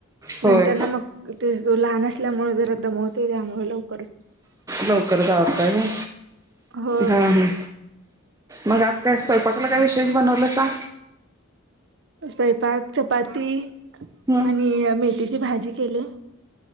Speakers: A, on the right; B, on the right.
A: होय
B: नंतर न मग तेच की लहान असल्यामुळे जरा दमवतोय त्यामुळे लव --
A: लवकरच आवरताय होय?
B: हो
A: हा हा. मग आज काय? स्वयंपाकला काय विशेष बनवलंसा?
B: स्वयपाक चपाती
A: हं.
B: आणि मेथीची भाजी केल्या.